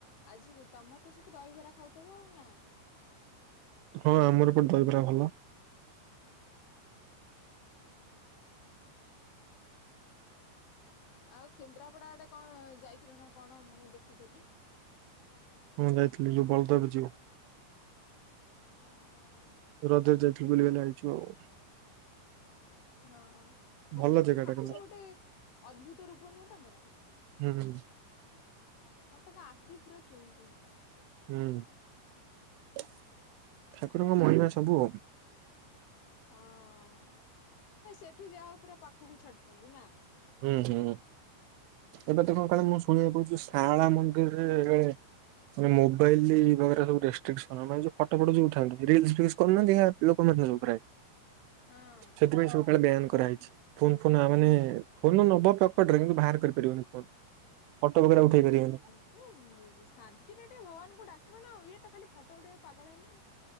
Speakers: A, on the left; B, on the right.
A: ଆଜି ତମ ତ ସେଠି ଦହିବରା ଖାଉଥବ ଆଉ ନା!
B: ହଁ, ଆମର ଏପଟେ ଦହିବରା ଭଲ।
A: ଓ। ଆଉ କେନ୍ଦ୍ରାପଡ଼ା ଆଡେ କଣ ଯାଇଥିଲୁ ନା କଣ ମୁଁ ଦେଖିଥିଲି?
B: ହୁଁ ଯାଇଥିଲି। ଯଉ ବଳଦେବ ଯିଉ।
A: ଓହୋ!
B: ରଜ ରେ ଯାଇଥିଲୁ ବୁଲିବାଲି ଆଇଚୁ ଆଉ।
A: ହଁ ହଁ
B: ଭଲ
A: ସେଠି
B: ଜାଗାଟା
A: ଠାକୁର
B: କିନ୍ତୁ
A: ଗୋଟେ ଅଦ୍ଭୁତ ରୂପ ନୁହଁ ତାଙ୍କର।
B: ହୁଁ।
A: ଆଉ ତାଙ୍କ ଆଖି ବି ପୁରା ଚୁଇଁ ଚୁଇଁ।
B: ହୁଁ ଠାକୁରଙ୍କ ମହିମା ସବୁ ଆଉ।
A: ହଁ ଏ ସେଠି ଯାହା ହଉ ପୁରା ପାଖକୁ ଛାଡୁଛନ୍ତି ନା।
B: ହୁଁ ହୁଁ ଏବେ ତ କଁ କଳେ ମୁଁ ଶୁଣିବାକୁ ପାଉଛି ଶାରଳା ମନ୍ଦିରରେ। ମାନେ ମୋବାଇଲ ବଗେରା ସବୁ ରେଷ୍ଟ୍ରିକସନ ମାନେ ଯୋଉ ଫଟ ଫଟ ଉଠାନ୍ତି ରିଲସ୍ ଫିଲସ୍ କରୁ ନାହାନ୍ତି। ଲୋକମାନ ଯୋଉ ପ୍ରାୟ
A: ହଁ
B: ସେଥିପାଇଁ ସବୁ କାଳେ ବ୍ୟାନ୍ କରା ହେଇଛି ଫୋନ ଫୋନ୍ ଆ ମାନେ। ଫୋନ ନବ ପକେଟ ରେ କିନ୍ତୁ ବାହାର କରି ପାରିବନି ଫୋନ ଫୋଟ ବଗେରା ଉଠେଇ ପାରିବନି।
A: ଇଏ ଉଁ ବି ଶାନ୍ତିରେ ଟିକେ ଭବାନଙ୍କୁ ଡାକିବ ନା ଆଉ ଇଏ ତ ଖାଲି ଫଟୋ ଉଠେଇକୁ ପାଗଳ ହେଲେ ଆଉ।